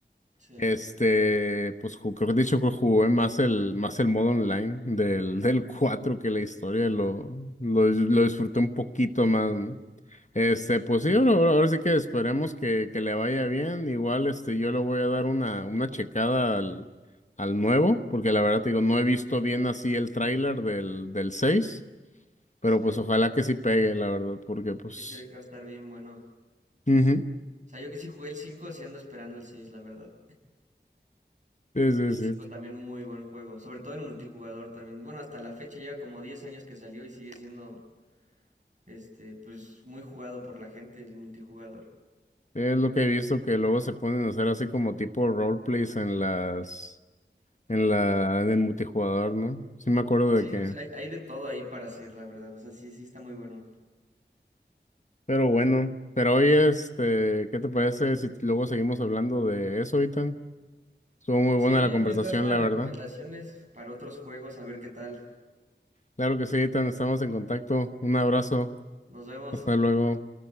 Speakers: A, on the right (about 40°); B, on the left (about 40°).
A: Sí,
B: Este, pues ju- creo que he dicho que jugué más el, más el modo online del, <laughs> del 4 que la historia, lo, lo, dis- lo disfruté un poquito más, ¿no? Este, pues sí, ahora, ahora- ahora sí que esperemos que, que le vaya bien. Igual, este, yo le voy a dar una, una checada al, al nuevo, porque la verdad te digo, no he visto bien así el tráiler del, del seis pero
A: sí,
B: pues ojalá que sí pegue, la verdad, porque pues...
A: sí se ve que va a estar bien bueno.
B: ujú,
A: O sea, yo que sí jugué el 5 sí ando esperando el 6 la verdad.
B: Sí, sí,
A: El
B: sí,
A: 5 también muy buen juego, sobre todo el multijugador también. Bueno, hasta la fecha lleva como 10 años que salió y sigue siendo este pues muy jugado por la gente el multijugador.
B: Es lo que he visto que luego se ponen a hacer así como tipo roleplays en las, en la, en el multijugador, ¿no? Sí me acuerdo
A: Sí,
B: de que,
A: o sea, hay, hay de todo ahí para hacer, la verdad. O sea, sí, sí está muy bueno.
B: pero bueno, pero hoy este, ¿qué te parece si luego seguimos hablando de eso, Itan? Estuvo muy
A: Sí,
B: buena la
A: ahí
B: conversación,
A: me das unas
B: la
A: recomendaciones
B: verdad.
A: para otros juegos, a ver qué tal.
B: Claro que sí, Itan, estamos en contacto. Un abrazo,
A: Nos vemos.
B: hasta luego.